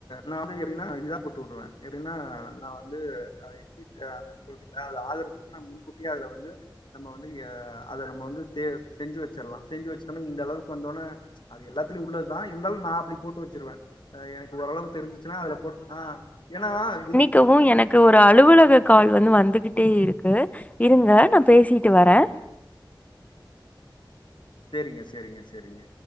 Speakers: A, on the left; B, on the left.
A: நா வந்து எப்படின்னா <unintelligible> விடுவேன் எப்படின்னா நா வந்து எக்ஸிட் சொல்றல அது ஆகுறதுக்கு நான் முன்கட்டியே அதுல வந்து நம்ம வந்து ஏ அதை நம்ம வந்து தே செஞ்சு வெச்சரலா செஞ்சு வெச்சுட்டோம்னா இந்த அளவுக்கு வந்தோனே அது எல்லாத்துலயு உள்ளதுதா இருந்தாலு நா அப்டி போட்டு வச்சுருவே இப்ப எனக்கு ஓரளவு தெரிஞ்சிச்சுன்னா அதுல போட் ஆ ஏனா இது
B: கவு எனக்கு ஒரு அலுவலக கால் வந்து வந்துகிட்டே இருக்கு இருங்க நா பேசிட்டு வரே
A: சேரிங்க சேரிங்க சேரிங்க